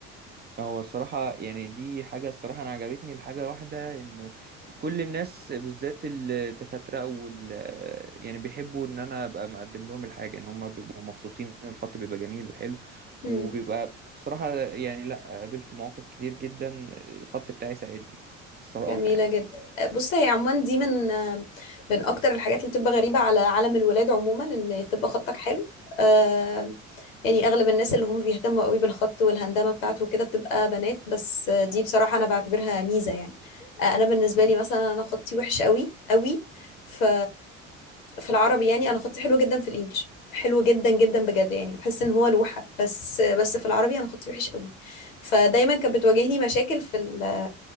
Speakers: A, on the right; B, on the left.
A: هو الصراحة يعني دي حاجة الصراحة أنا عجبتني الحاجة واحدة إنه كل الناس بالذات الدكاترة أو ال- يعني بيحبوا إن أنا أبقى مقدم لهم الحاجة إن هم بيبقوا مبسوطين إن الخط بيبقى جميل وحلو
B: يعني
A: وبيبقى بصراحة يعني لأ قابلت مواقف كتير جدا الخط بتاعي ساعدني الصراحة
B: جميلة
A: يعني
B: جدا بص هي عموما دي من من أكتر الحاجات اللي بتبقى غريبة على عالم الولاد عموما إن تبقى خطك حلو آه يعني أغلب الناس اللي هم بيهتموا قوي بالخط والهندامة بتاعته وكده بتبقى بنات بس دي بصراحة أنا بعتبرها ميزة يعني آه أنا بالنسبة
A: مم.
B: لي مثلا أنا خطي وحش قوي قوي ف في العربي يعني أنا خطي حلو جدا في الإنجليش حلو جدا جدا بجد يعني بتحس ان هو لوحة بس بس في العربي انا خطي وحش قوي فدايما كانت بتواجهني مشاكل في ال